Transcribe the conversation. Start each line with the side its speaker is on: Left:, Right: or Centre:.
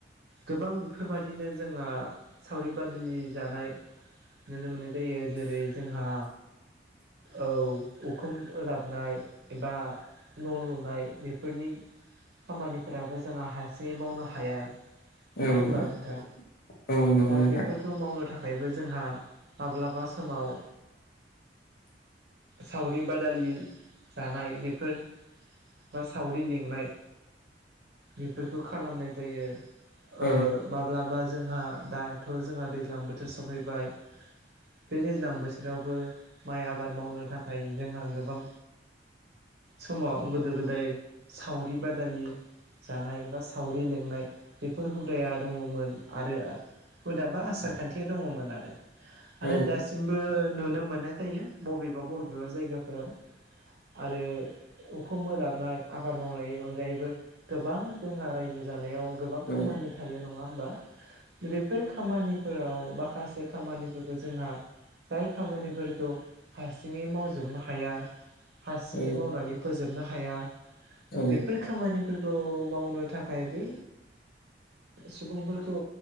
Right: गोबां बेफोरबादिनो जोंहा सावरि बादालि जानाय नुनो मोननाय जायो। जेरै जोंहा औ उखुम उलाबनाय एबा न' लुनाय बेफोरनि खामानिफोराबो जोंहा हारसिङै मावनो हाया।
Left: औ
Right: नङा होमब्ला नोंथां
Left: औ नंगौ
Right: दा
Left: नोंथां
Right: बेफोर खो मावनो थाखायबो जोंहा माब्लाबा समाव सावरि बादालि जानाय बेफोर बा सावरि लिंनाय बेफोरखो खालामनाय जायो
Left: औ
Right: ओ माब्लाबा जोंहा दाथ' जोंहा दैज्लां बोथोर सफैबाय बे दैज्लां बोथोरावबो माइ आबाद मावनो थाखाय जोंहा गोबां
Left: <inaudible>
Right: समाव गोदो गोदाय सावरि बादालि जानाय बा सावरि लेंनाय बेफोर हुदाया दङमोन आरो हुदाबा आसार खान्थिया दङमोन आरो।
Left: औ
Right: आरो दासिमबो नुनो मोननाय जायो बबेबा बबेबा जायगाफोराव आरो उखुम ओलाबनाय आबाद मावनायनि अनगायैबो गोबां जोंहा रायजो जानायाव गोबां
Left: औ
Right: खामानि थायो नङा होमबा बेफोर खामानिफोराव माखासे खामानिफोरखो जोंहा जाय खामानिफोरखौ हारसिङै मावजोबनो हाया हारसिङै
Left: औ
Right: मावनानै फोजोबनो हाया
Left: औ
Right: बेफोर खामानि फोरखौ मावनो थाखाय बै सुबुंफोरखौ